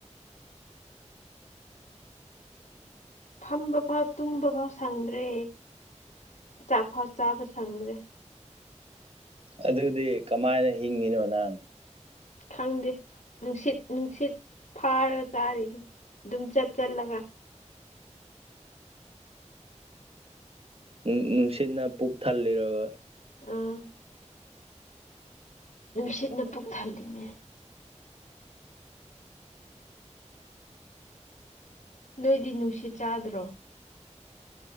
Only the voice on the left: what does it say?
ꯐꯝꯕ ꯐꯥꯎ ꯇꯨꯝꯕ ꯐꯥꯎ ꯁꯪꯗ꯭ꯔꯦ꯫ ꯆꯥꯛ ꯐꯥꯎ ꯆꯥꯕꯥ ꯁꯪꯗ꯭ꯔꯦ꯫
ꯈꯪꯗꯦ ꯅꯨꯡꯁꯤꯠ ꯅꯨꯡꯁꯤꯠ ꯐꯥꯔ ꯆꯥꯔꯤꯅꯤ ꯑꯗꯨꯝ ꯆꯠ ꯆꯠꯂꯒ꯫
ꯑꯥ ꯅꯨꯡꯁꯤꯠꯅ ꯄꯨꯛ ꯊꯜꯂꯤꯅꯦ꯫ ꯅꯣꯏꯗꯤ ꯅꯨꯡꯁꯤꯠ ꯆꯥꯗ꯭ꯔꯣ?